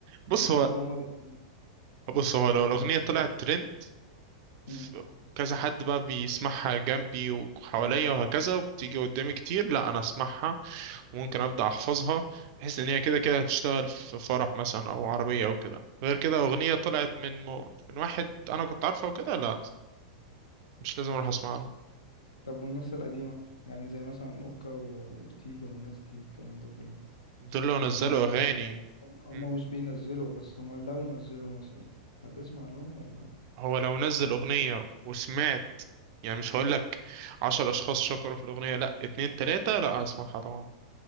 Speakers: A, on the right (about 50°); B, on the left (about 85°).
A: بص
B: مش بتحب
A: هو
B: اللي هم بيغنوا
A: بص هو لو الأغنية طلعت ترند ف-
B: مم.
A: كذا حد بقى بيسمعها جنبي وحواليا وهكذا وبتيجي قدامي كتير لا أنا أسمعها ممكن ابدا احفظها بحيث ان هي كده كده هتشتغل في فرح مثلا او عربيه او كده غير كده اغنيه طلعت من م... من واحد انا كنت عارفه وكده لا مش لازم اروح اسمع له
B: طب والناس القديمه يعني زي مثلا اوكا واورتيجا والناس دي والكلام ده كله
A: دول لو نزلوا
B: يعني
A: اغاني
B: مثلا هم
A: مم.
B: هم مش بينزلوا بس هم لو نزلوا مثلا هتسمع لهم ولا
A: هو لو نزل اغنيه وسمعت يعني مش هقول لك عشر اشخاص شكروا في الاغنيه لا اتنين تلاته لا هسمعها طبعا